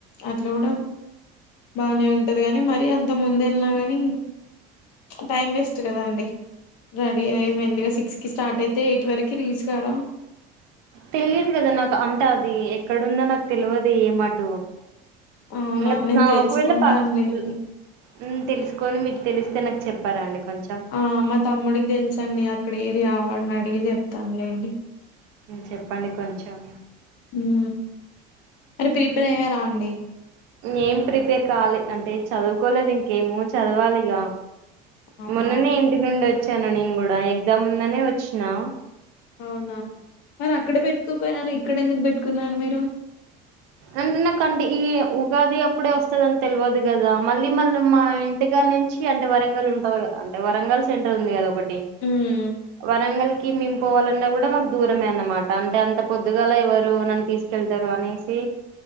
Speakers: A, on the left; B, on the right.
A: అద్ ఇట్లా కూడా బాగానే ఉంటది కానీ, మరి అంత ముందు వెళ్ళినా కానీ టైం వేస్ట్ కదండి. రెడీ అయ్యి, మెల్లిగా సిక్స్ కి స్టార్ట్ అయితే, ఎయిట్ వరకు రీచ్ కామా.
B: తెలియదు కదా నాకు అంట అది ఎక్కడుందో నాకు తెల్వదు ఏ మాటకు
A: అవునా
B: ఇంగ
A: నేను
B: నా
A: తెలుసుకుంటానులేండి
B: ఒకవేళ పా ల ఉమ్ తెలుసుకొని మీకు తెలిస్తే నాకు చెప్పార అండి. కొంచెం
A: ఆ మా తమ్ముడికి తెలుసూ అండి అక్కడ ఏరియా అన్ అడిగి చెప్తానులేన్
B: చెప్పండి కొంచెం
A: ఉమ్ అరే ప్రిపేర్
B: ఉమ్.
A: అయ్యారా అండి.
B: ఏం ప్రిపేర్ కావాలి అంటే చదువుకోలేదు ఇంకేమో చదవాలిగా
A: అవునా
B: మొన్ననే ఇంటి నుండి వచ్చ వచ్చాను నేను కూడా ఎగ్జామ్ ఉందనే వచ్చినా
A: అవునా మరి అక్కడే పెట్టుకోపోయారా ఇక్కడ ఎందుకు పెట్టుకున్నారు మీరు.
B: అంటే నాకు అంటే ఈ ఉగాది అప్పుడే వస్తది అని తెల్వదు కదా. మళ్ళీ మళ్ళీ మా ఇంటికా నుంచి అంటే వరంగల్ ఉంటది కదా అంటే, వరంగల్ సెంటర్ ఉంది కదా ఒకటి. కి
A: మ్మ్
B: వరంగల్ కి మేం పోవాలన్నా కూడా మాకు దూరమే అనమాట అంటే అంత పొద్దుగాల ఎవరు నన్ను తీసుకెళ్ ఇద్దరు అనేసి